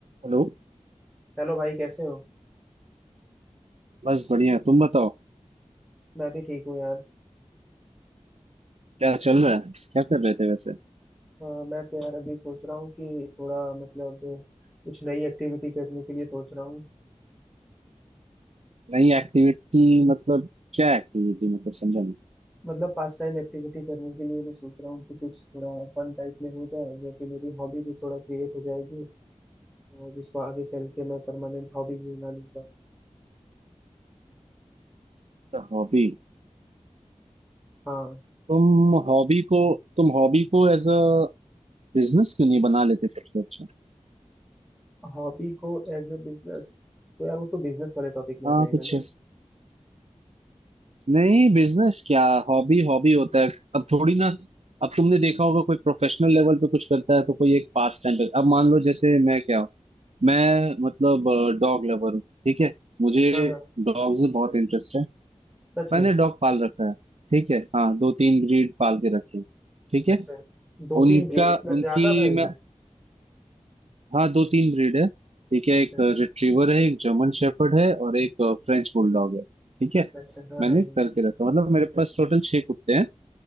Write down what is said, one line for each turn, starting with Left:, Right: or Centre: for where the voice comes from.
Right: Hello
Centre: Hello भाई कैसे हो
Right: बस बढ़िया तुम बताओ
Centre: मैं भी ठीक हूँ यार
Right: क्या चल रहा है क्या कर रहे थे वैसे
Centre: अ, मैं तो यार अभी सोच रहा हूँ कि थोड़ा मतलब कुछ नई एक्टिविटी करने के लिए सोच रहा हूँ
Right: नई एक्टिविटी मतलब क्या एक्टिविटी मतलब समझा नहीं
Centre: मतलब पास टाइम एक्टिविटी करने के लिए मैं सोच रहा हूँ कि कुछ थोड़ा फन टाइप में हो जाए जो कि मेरी हॉबी भी थोड़ा क्रिएट हो जाएगी और जिसको आगे चल के मैं परमानेंट हॉबी भी बना लूंगा
Right: हॉबी
Centre: हाँ
Right: तुम हॉबी को तुम हॉबी को एज अ बिजनेस क्यों नहीं बना लेते सबसे अच्छा
Centre: हॉबी को एज ए बिजनेस तो यार वो तो बिजनेस वाले टॉपिक में
Right: हाँ
Centre: आ जाएगा
Right: कुछ
Centre: ना
Right: ऐस- नहीं बिजनेस क्या हॉबी हॉबी होता है अब थोड़ी ना अब तुमने देखा होगा कोई प्रोफेशनल लेवल पे कुछ करता है तो कोई एक पास टाइम पे अब मान लो जैसे मैं क्या हूँ मैं मतलब डॉग लवर हूँ ठीक है मुझे
Centre: हाँ हाँ
Right: डॉग्स में बहुत इंटरेस्ट है
Centre: सच में
Right: मैंने डॉग पाल रखा है ठीक है हाँ दो तीन ब्रीड पाल के रखे हैं ठीक
Centre: अच्छा
Right: है
Centre: दो
Right: उनका
Centre: तीन ब्रीड इतना
Right: उनकी
Centre: ज्यादा भाई
Right: मैं हाँ दो तीन ब्रीड है ठीक है
Centre: अच्छा
Right: एक रिट्रीवर है एक जर्मन शेफर्ड है और एक फ्रेंच बुलडॉग है ठीक है
Centre: अच्छा हाँ
Right: मैंने
Centre: हाँ हाँ
Right: करके रखा मतलब मेरे पास टोटल छह कुत्ते हैं